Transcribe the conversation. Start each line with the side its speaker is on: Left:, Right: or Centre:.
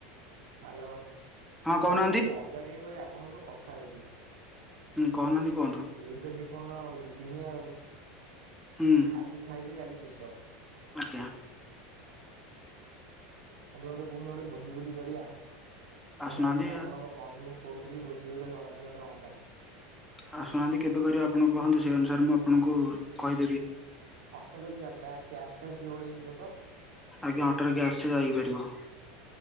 Right: ହ୍ୟାଲୋ ଭାଇ
Centre: ହଁ କହୁନାହାନ୍ତି
Right: ମୁଁ ମଜା କାଇଁ କରିବି ଆପଣଙ୍କ ସହ କଥା ହଉଛି
Centre: ହୁଁ କହୁନାହାନ୍ତି କୁହନ୍ତୁ।
Right: ଏଇ ତ ଜୀବନ ଆଉ ଦି ଦିନିଆ ଆଉ
Centre: ହୁଁ
Right: ଆଜି ଥାଇଲେ କାଲି ଶେଷ।
Centre: <unintelligible>
Right: <unintelligible> ଗୋଟେ କଉ ଦିନ ଭୋଜି ଫଜି କରିବା
Centre: ଆସୁନାହାନ୍ତି
Right: ମୁଁ <unintelligible> ଆପଣଙ୍କ ବନ୍ଧୁଙ୍କୁ କହୁଥିଲି ଭୋଝି ଗୋଟେ କରନ୍ତି ଗୋଟେ ହନ୍ଦା।
Centre: ଆସୁନାହାନ୍ତି କେବେ କରିବା ଆପଣ କହନ୍ତୁ ସେହି ଅନୁସାରେ ମୁଁ ଆପଣଙ୍କୁ କହିଦେବି।
Right: ଅଟୋ ରେ ଗ୍ୟା ଗ୍ୟା ଗ୍ୟାସ୍ ଫ୍ୟାସ୍ ଲୋଡ ହେଇଯିବ ତ?
Centre: ଆଜ୍ଞା <unintelligible> ପାରିବ।